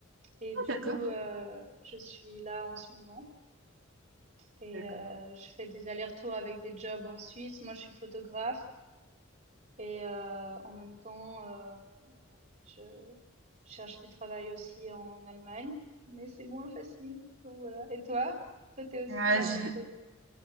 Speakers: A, on the right; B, on the right.
A: et
B: Ah,
A: du
B: d'accord.
A: coup, euh, je suis là en ce moment et
B: D'accord.
A: euh, je fais des allers-retours avec des jobs en Suisse. Moi, je suis photographe et euh, en même temps. euh, Je cherche du travail aussi en Allemagne, mais c'est moins facile. Donc voilà. Et toi? Toi, t'es aussi
B: Ouais,
A: entre,
B: je-